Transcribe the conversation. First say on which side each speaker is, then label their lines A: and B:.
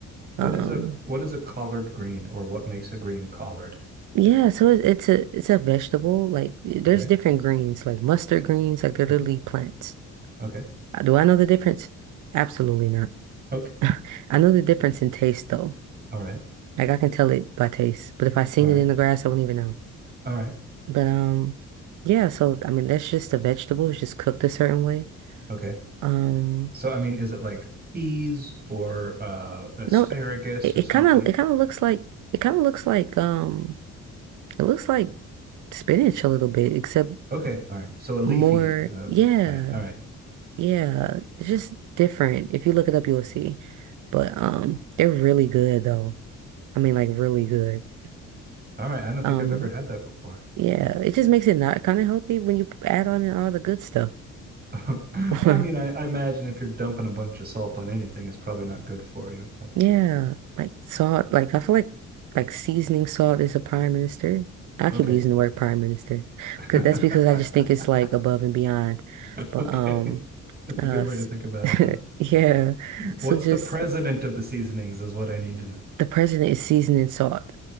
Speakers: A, on the right; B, on the right.
A: What
B: Um
A: is a what is a collard green or what makes a green collard?
B: yeah, so it, it's a it's a vegetable. Like there's
A: Okay.
B: different greens, like mustard greens, like they're
A: hmm
B: literally plants.
A: Okay.
B: Uh, Do I know the difference? Absolutely not.
A: Okay.
B: <laughs> I know the difference in taste though.
A: All right.
B: Like I can tell it by taste. But if I seen
A: All right.
B: it in the grass, I wouldn't even know.
A: All right.
B: But um yeah, so I mean that's just a vegetable. It's just cooked a certain way.
A: Okay.
B: Um
A: So I mean, is it like peas or uh asparagus
B: no, it,
A: or
B: it
A: something?
B: kind of it kind of looks like it kind of looks like um it looks like spinach a little bit, except
A: Okay. All right. So a leafy
B: more
A: uh,
B: yeah,
A: plant. All right.
B: yeah. It's just different. If you look it up, you'll see. But um they're really good though. I mean like really good.
A: All right. I don't
B: Um,
A: think I've ever had that before.
B: Yeah, it just makes it not kind of healthy when you add on in all the good stuff.
A: <laughs> Well,
B: <laughs>
A: I mean, I, I imagine if you're dumping a bunch of salt on anything, it's probably not good for you, but
B: Yeah, like salt. Like I feel like like seasoning salt is a prime minister. I keep
A: okay.
B: using the word prime minister
A: <laughs>
B: because that's because I just think it's like above and beyond. But
A: Okay.
B: um,
A: That's
B: uh,
A: a good way
B: s-
A: to think about it,
B: <laughs>
A: though.
B: yeah. So
A: What's
B: just
A: the president of the seasonings is what I need to know. <laughs>
B: the president is seasoning salt,